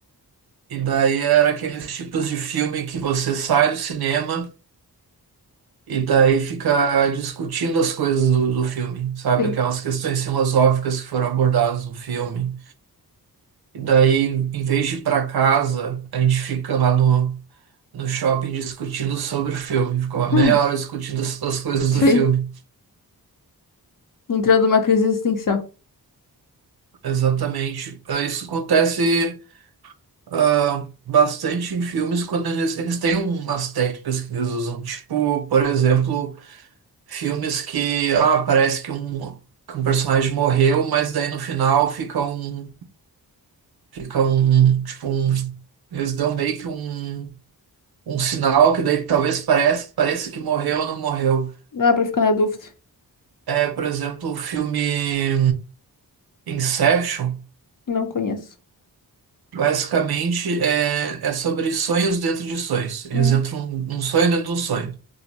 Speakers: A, on the right; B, on the left.
A: e daí era aqueles tipos de filme que você sai do cinema. E daí fica discutindo as coisas do, do filme, sabe?
B: Sim.
A: Aquelas questões filosóficas que foram abordadas no filme. E daí, em vez de ir pra casa, a gente fica lá no, no shopping discutindo sobre o filme. Fica uma meia
B: Hum,
A: hora discutindo as, as coisas
B: sim.
A: do filme.
B: Entrando numa crise existencial.
A: Exatamente. Ah, Isso acontece ah, bastante em filmes quando eles, eles têm umas técnicas que eles usam. Tipo, por exemplo, Filmes que, ah, parece que um, que um personagem morreu, mas daí no final fica um, fica um, tipo um, eles dão meio que um, um sinal que daí talvez pareça, pareça que morreu ou não morreu.
B: Dá pra ficar na dúvida.
A: É, por exemplo, o filme Inception,
B: Não conheço.
A: basicamente é, é sobre sonhos dentro de sonhos. Eles
B: Hum,
A: entram um, um sonho dentro de um sonho.